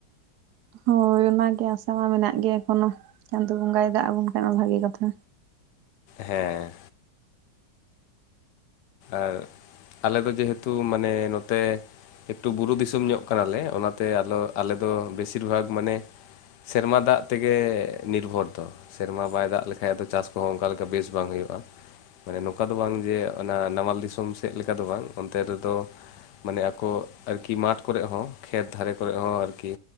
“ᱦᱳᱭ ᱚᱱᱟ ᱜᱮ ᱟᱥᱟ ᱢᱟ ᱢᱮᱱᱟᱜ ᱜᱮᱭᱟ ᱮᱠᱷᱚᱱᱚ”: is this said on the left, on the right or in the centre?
Right